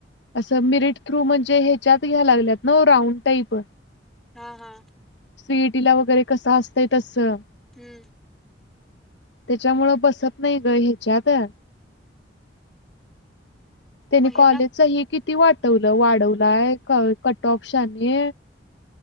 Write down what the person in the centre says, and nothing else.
हा, हा.
हम्म.
महिला